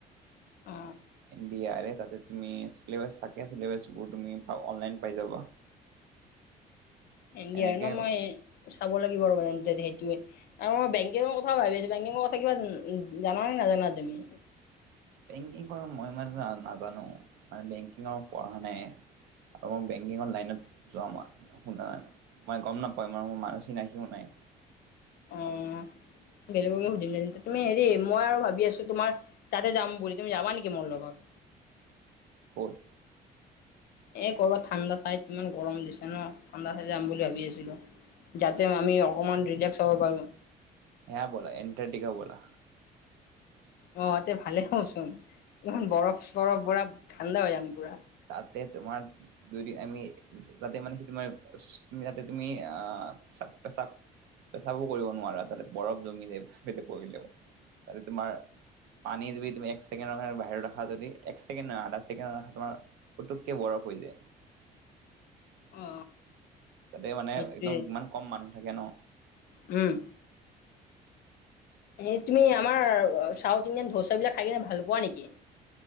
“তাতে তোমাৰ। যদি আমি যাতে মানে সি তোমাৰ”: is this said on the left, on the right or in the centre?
Right